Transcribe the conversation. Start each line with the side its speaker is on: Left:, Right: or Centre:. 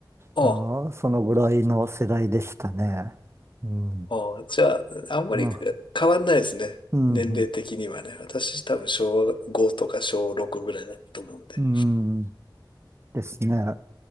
Left: あ
Right: あの、そのぐらいの世代でしたね。うん。
Left: あ、ああじゃあ、あんまり変わんないですね。
Right: なうん。
Left: 年齢的にはね。私多分小5とか小6ぐらいだったと思うんで。
Right: うん。ですね。